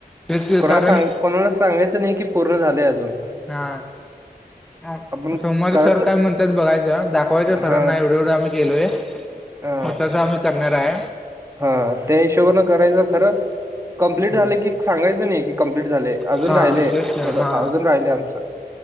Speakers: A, in the centre; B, on the right.
A: तेच
B: कोणाला
A: कारण
B: सांग, कोणाला सांगायचं नाही की, पूर्ण झालंय अजून
A: नाय
B: आपण
A: सोमवारी
B: करत
A: सर काय म्हणतात बघायचं, दाखवायचं सरांना,
B: हा
A: एवढं- एवढं आम्ही केलय
B: हा
A: म तसं आम्ही, करणार हाय
B: हा, त्या हिशोबानं करायचं, खरं कंप्लीट
A: हम्म
B: झालं की सांगायचं नाही, की कंम्प्लीट झालेय, अजून
A: हा
B: राहिलेय
A: तेच की हा
B: थोडं, अजून राहिलय आमचं